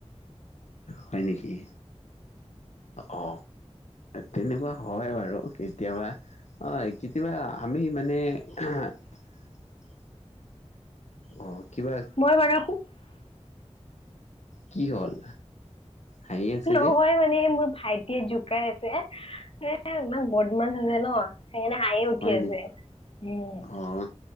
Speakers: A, on the left (about 85°); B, on the left (about 55°).
A: হয় নেকি। অ, তেনেকুৱা হয় বাৰু কেতিয়াবা কেতিয়াবা আমি মানে। <unintelligible> অ, কিবা।
B: মই মানে
A: কি হ'ল। হাঁহি আছে
B: নহয়
A: যে
B: মানে মোৰ ভাইটিয়ে জোকাই আছে। এ ইমান বদ মাছ আছে ন। সেইকাৰানে হাই উঠি
A: হয়
B: আছে
A: নি
B: উম।
A: অ